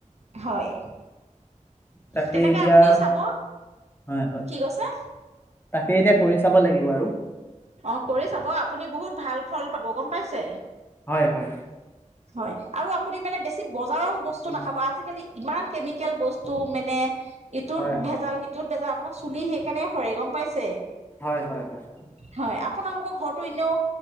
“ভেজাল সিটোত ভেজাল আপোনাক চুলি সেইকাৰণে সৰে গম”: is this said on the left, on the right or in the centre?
Right